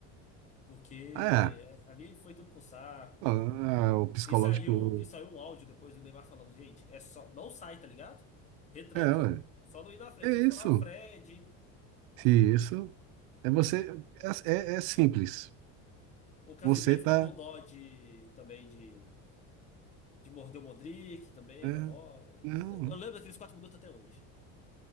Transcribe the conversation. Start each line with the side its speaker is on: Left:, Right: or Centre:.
Left: Porque
Right: Ah, é.
Left: é, ali foi tudo pro saco.
Right: Ah, o psicológico.
Left: E saiu, e saiu um áudio depois do Neymar falando, gente, é só, não sai, tá ligado? Retranca.
Right: É, ué,
Left: Só não ir na frente.
Right: é
Left: Ele falou,
Right: isso.
Left: ah, o Fred,
Right: Se Isso. É você. É, é é simples.
Left: o Casimiro
Right: Você tá.
Left: ficou com dó de, também de, de morder o Modric também
Right: é,
Left: na bola. É, Eu,
Right: não.
Left: eu lembro daqueles quatro minutos até hoje.